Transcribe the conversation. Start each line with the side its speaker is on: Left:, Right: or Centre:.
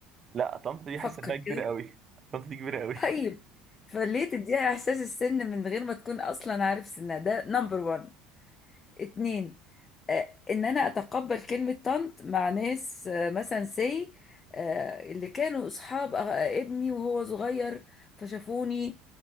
Right: لا طنط دي
Left: فكر
Right: حاسس إنها كبيرة
Left: كده <laughs>
Right: أوي طنط دي كبيرة أوي
Left: طيب فليه تديها احساس السن من غير ما تكون اصلا عارف سنها ده نمبر 1 اتنين آه، ان انا اتقبل كلمة طنط مع ناس آه، مثلا سي آه، اللي كانوا اصحاب أغ- آه، ابني وهو صغير فشافوني